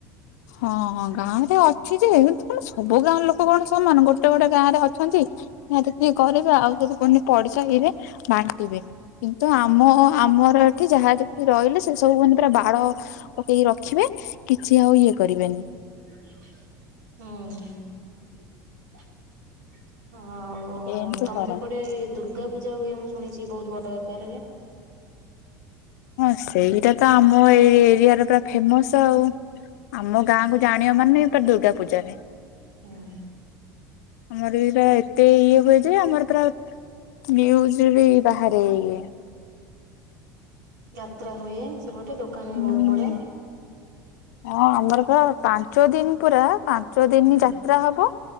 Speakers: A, on the left; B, on the right.
A: ହଁ ହଁ ଗାଁ ଏ ଅଛି ଯେ କିୁ କଣ ସବୁ ଗାଁର ଲୋକ କଣ ସମାନ ଗୋଟେ ଗୋଟେ ଗାଁ ରେ ଅଛି। ନା ଟିକଏ କରିବେ ଆଉ ସୁ ପଢିସାରେ ବାଣ୍ଟିବେ। କିନ୍ତୁ ଆମ ତ ଆମ ଏଠି ଯାହା ଯି ରହିଲେ ସେ ସବୁ ମ ପୁରା ବାଳ ପକେଇକି ରଖିବେ କିଛି ଆଉ ଇଏ କରିବେନି।
B: ହଁ। ହ ଆଉ
A: ଏମିତି
B: ତମେ
A: କରନ୍ତି
B: ସେପଟେ ଦୁର୍ଗା ପୂଜା ହୁଏ? ଶୁଣିଛି ବହୁତ ବଡ ଆକାରରେ।
A: ହଁ ସେଇଟା ତ ଆମ ଏଇ ଏରିଆରେ ପୁରା ଫେମସ ଆଉ। ଆମ ଗାଁ କୁ ଜାଣିବ ମାନେ ଏ ଦୁର୍ଗା ପୂଜାରେ।
B: ହଁ।
A: ଆମର ବି ପୁରା ଏତେ ଇଏ ହୁଏ ଯେ ଆମର ୟୁଜ ବି ବାହାରେ ଇଏ
B: ଯାତ୍ରା ହୁଏ ସେ ଗଟେ ଦୋକାନ ବି
A: ହୁଁ
B: ବହୁତ ପଡ଼େ।
A: ହଁ ଆମର ପ ପାଞ୍ଚ ଦିନ ପୁରା ପାଞ୍ଚ ଦିନ
B: ହୁଁ
A: ଯାତ୍ରା ହବ।